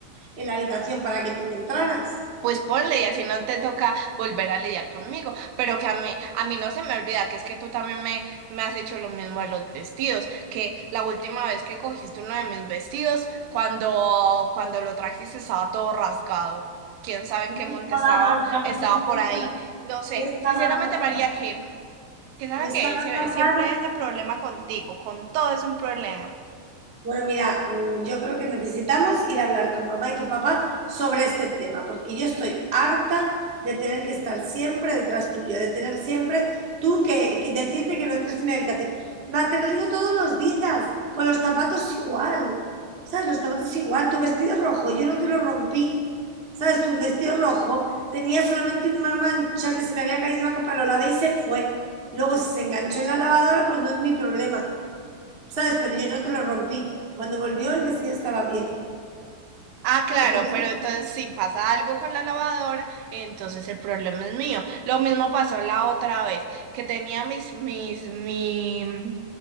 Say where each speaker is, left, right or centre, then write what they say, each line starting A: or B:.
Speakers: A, on the right (about 40°); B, on the right (about 85°).
A: en la habitación para que tú no entraras.
B: Pues ponle y así no te toca volver a lidiar conmigo, pero que a mí, a mí no se me olvida que es que tú también me, me has hecho lo mismo de los vestidos, que la última vez que cogiste uno de mis vestidos, cuando, cuando lo trajiste estaba todo rasgado, quién sabe
A: No
B: en qué
A: estaba
B: monte estaba,
A: rasgado,
B: estaba por ahí, no sé,
A: no estaba
B: sinceramente
A: rasgado.
B: María, que, que sabe
A: no estaba
B: que sie-
A: rasgado.
B: siempre es de problema contigo, con todo es un problema.
A: Bueno, mira, mm, yo creo que necesitamos ir a hablar con mamá y con papá sobre este tema, porque yo estoy harta de tener que estar siempre detrás tuyo, de tener siempre tú que, que decirte que no entres en mi habitación. Ma, te lo digo todos los días, con los zapatos igual, ¿sabes? Los zapatos igual, tu vestido rojo, yo no te lo rompí, ¿sabes? Tu vestido rojo tenía solamente una mancha que se me había caído una copa, lo lavé y se fue. Luego, si se enganchó en la lavadora, pues no es mi problema. ¿sabes? Pero yo no te lo rompí. Cuando volvió el vestido estaba bien,
B: Ah, claro,
A: ¿sabes? Lo mismo.
B: pero entonces si pasa algo con la lavadora, entonces el problema es mío. Lo mismo pasó la otra vez, que tenía mis, mis, mi-